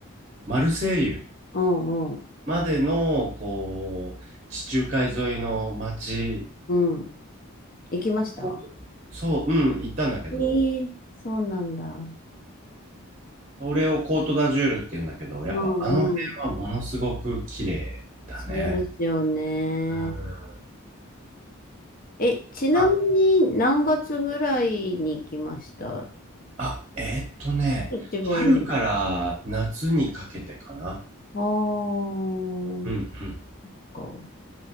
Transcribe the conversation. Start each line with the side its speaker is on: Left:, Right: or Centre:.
Right: マルセイユ
Left: うん、うん、
Right: までの、こう、地中海沿いの街
Left: うん。行きました
Right: を、そう、うん、行ったんだけど、
Left: えー、そうなんだ。
Right: それをコートダジュールって言うんだけど、やっぱあの辺はものすごく綺麗だね。
Left: うん、うん。そうですよね。
Right: うん。
Left: え、ちなみに何月ぐらいに行きました
Right: あ、あ、えーっとね、
Left: 一番いい。
Right: 春から夏にかけてかな。
Left: あー、そ
Right: うんうん。
Left: っか。